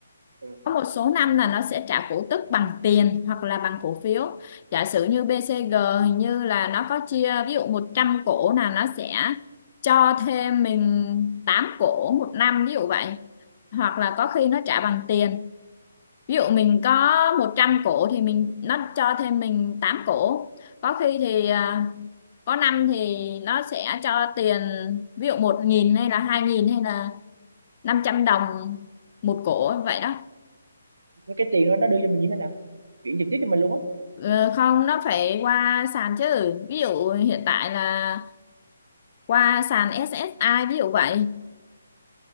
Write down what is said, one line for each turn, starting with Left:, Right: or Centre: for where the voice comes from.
Right: ừ.
Left: có một số năm là nó sẽ trả cổ tức bằng tiền hoặc là bằng cổ phiếu giả sử như BCG hình như là nó có chia ví dụ 100 cổ là nó sẽ cho thêm mình 8 cổ một năm ví dụ vậy hoặc là có khi nó trả bằng tiền ví dụ mình có 100 cổ thì mình nó cho thêm mình tám cổ có khi thì à, có năm thì nó sẽ cho tiền ví dụ 1.000 hay là 2.000 hay là 500 đồng một cổ vậy đó
Right: Thế cái tiền đó nó đưa cho mình như thế nào chuyển trực tiếp cho mình luôn á
Left: Ờ, không nó phải qua sàn chứ ví dụ hiện tại là qua sàn SSI ví dụ vậy